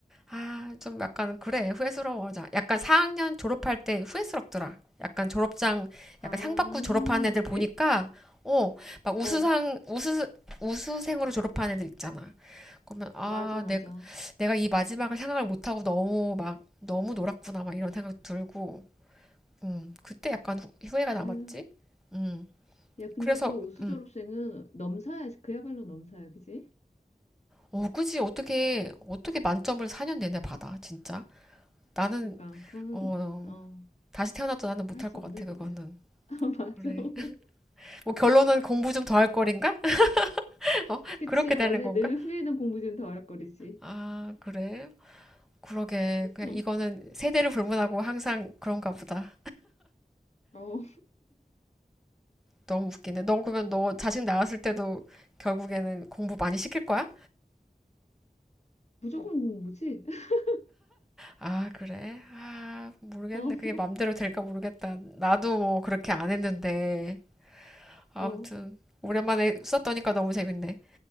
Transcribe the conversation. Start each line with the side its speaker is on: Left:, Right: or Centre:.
Centre: 아, 좀 약간 그래. 후회스러워. 자, 약간 4학년 졸업할 때 후회스럽더라. 약간 졸업장
Left: <laughs> 아,
Centre: 약간 상 받고 졸업한 애들 보니까
Left: 그래?
Centre: 어, 막 우수상
Left: 어,
Centre: 우수 우수생으로 졸업한 애들 있잖아. 그러면 아,
Left: 맞아, 맞아.
Centre: 내, 내가 이 마지막을 생각을 못하고 너무 막 너무 놀았구나 막 이런 생각 들고 음, 그때 약간 후- 후회가 남았지?
Left: 아유.
Centre: 음.
Left: 야, 근데
Centre: 그래서
Left: 그 우수
Centre: 음,
Left: 졸업생은 넘사야. 그야말로 넘사야, 그지?
Centre: 어, 굳이 어떻게 어떻게 만점을 4년 내내 받아, 진짜? 나는
Left: 그러니까 그거는
Centre: 어,
Left: 어
Centre: 다시 태어나도 나는 못할
Left: 할 수
Centre: 것
Left: 없는
Centre: 같아, 그거는.
Left: 일이야. <laughs> 아, 맞아.
Centre: 그래.
Left: <laughs>
Centre: <laughs> 뭐 결론은 공부 좀 더 할 거린가? <laughs> 어?
Left: 그치.
Centre: 그렇게 되는
Left: 원래
Centre: 건가?
Left: 늘 후회는 공부 좀 더 어렵거리지.
Centre: 아, 그래. 그러게. 그냥
Left: 어,
Centre: 이거는 세대를 불문하고 항상 그런가 보다.
Left: 어,
Centre: 너무 웃기네. 너 그러면 너 자식 낳았을 때도 결국에는 공부 많이 시킬 거야?
Left: 무조건 공부지? <laughs>
Centre: 아, 그래? 아, 모르겠네.
Left: 어,
Centre: 그게 맘대로 될까 모르겠다. 나도 뭐 그렇게 안 했는데. 아무튼,
Left: 어.
Centre: 오랜만에 수다 떠니까 너무 재밌네.